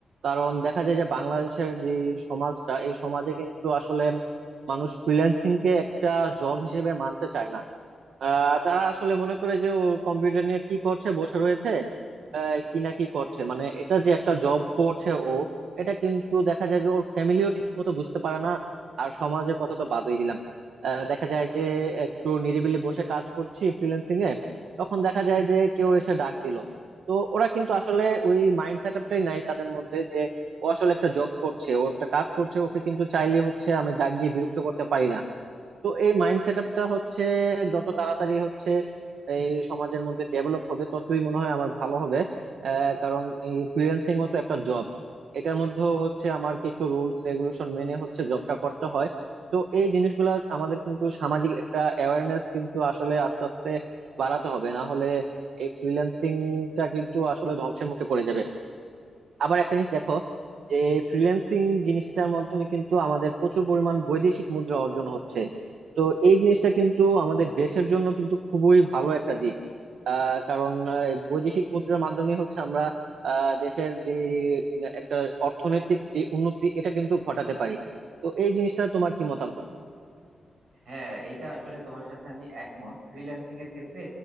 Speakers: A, on the right; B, on the right.
A: কারণ দেখা যায় যে বাংলাদেশের যে সমাজটা এই সমাজে কিন্তু আসলে মানুষ ফ্রিল্যান্সিং কে একটা জব হিসেবে মানতে চায় না আহ তারা আসলে মনে করে যে ও কম্পিউটার নিয়ে কি করছে বসে রয়েছে আহ, কি না কি করছে মানে এটা যে একটা জব করছে ও এটা কিন্তু দেখা যায় যে ওর ফ্যামিলিও ঠিক মতো বুঝতে পারে না আর সমাজের কথা তো বাদই দিলাম আহ, দেখা যায় যে একটু নিরিবিলি বসে কাজ করছি ফ্রিল্যান্সিং এ তখন দেখা যায় যে কেউ এসে ডাক দিল তো ওরা কিন্তু আসলে ওই মাইন্ড সেট আপটাই নাই তাদের মধ্যে যে ও আসলে একটা জব করছে ও একটা কাজ করছে ওকে কিন্তু চাইলে হচ্ছে আমি ডাক দিয়ে বিরক্ত করতে পারি না তো এই মাইন্ড সেট আপটা হচ্ছে যত তাড়াতাড়ি হচ্ছে এই সমাজের মধ্যে ডেভেলপ হবে ততই মনে হয় আমার ভালো হবে আহ, কারণ এই ফ্রিল্যান্সিং ও তো একটা জব এটার মধ্যেও হচ্ছে আমার কিছু রুলস রেগুলেশন মেনে হচ্ছে জবটা করতে হয় তো এই জিনিসগুলা আমাদের কিন্তু সামাজিক একটা অ্যাওয়ারনেস কিন্তু আসলে আস্তে আস্তে বাড়াতে হবে না হলে এই ফ্রিল্যান্সিংটা কিন্তু আসলে ধ্বংসের মুখে পড়ে যাবে আবার একটা জিনিস দেখো যে ফ্রিল্যান্সিং জিনিসটার মাধ্যমে কিন্তু আমাদের প্রচুর পরিমাণ বৈদেশিক মুদ্রা অর্জন হচ্ছে তো এই জিনিসটা কিন্তু আমাদের দেশের জন্য কিন্তু খুবই ভালো একটা দিক আহ কারণ আহ, এই বৈদেশিক মুদ্রার মাধ্যমে হচ্ছে আমরা আহ দেশের যে উম, একটা অর্থনৈতিক যে উন্নতি এটা কিন্তু ঘটাতে পারি তো এই জিনিসটা তোমার কি মতামত
B: হ্যাঁ এটা আসলে তোমার সাথে আমি একমত ফ্রিল্যান্সিং এর ক্ষেত্রে